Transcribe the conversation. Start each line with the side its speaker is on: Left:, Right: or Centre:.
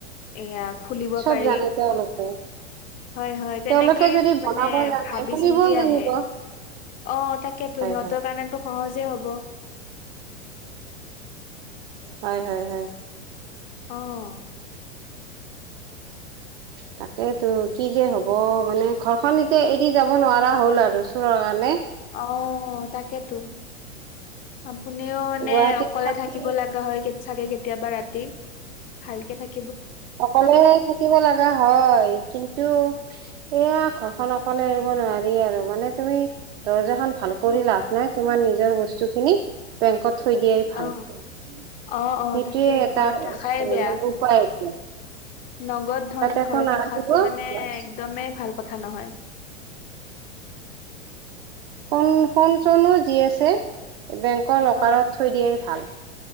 Left: এয়া খুলিব
Right: চব
Left: পাৰি
Right: জানে তেওঁলোকে।
Left: হয় হয় তেনেকেই
Right: তেওঁলোকে যদি
Left: মানে
Right: বনাব জানে
Left: ভাবি
Right: খুলিবও
Left: চিন্তি
Right: জানিব
Left: আহে, অ তাকেতো
Right: হয়
Left: সিহঁতৰ
Right: হয়
Left: কাৰণেতো সহজেই হব।
Right: হয় হয় হয়
Left: অঁ
Right: তাকেইেতো কি যে হ'ব মানে ঘৰখন এতিয়া এৰি যাব নোৱাৰা হ'ল আৰু চোৰৰ কাৰণে
Left: অ তাকেতো আপুনিও মানে
Right: গুৱাহাটীত
Left: অকলে
Right: থাকি
Left: থাকিব লগা হয়। চাগে কেতিয়াবা ৰাতি ভালকে থাকে
Right: অকলে থাকিব লগা হয় কিন্তু এয়া ঘৰখন অকলে এৰিব নোৱাৰি আৰু মানে তুমি দৰ্জা খন ভাল কৰি লাভ নাই তোমাৰ নিজৰ বস্তুখিনি বেংকত থৈ দিয়াই ভাল
Left: অ
Right: সেইটোৱে
Left: অ অ তাকে
Right: এটা
Left: ঘৰত ৰখাই বেয়া
Right: মানে উপায়
Left: নগদ ধন
Right: একো
Left: ঘৰত
Right: নাৰাখিব
Left: ৰখাতটো মানে
Right: বাছ
Left: একদমেই ভাল কথা নহয়
Right: শোন শুণ চোনো যি আছে বেংকৰ লকাৰত
Left: হয়
Right: থৈ দিয়াই ভাল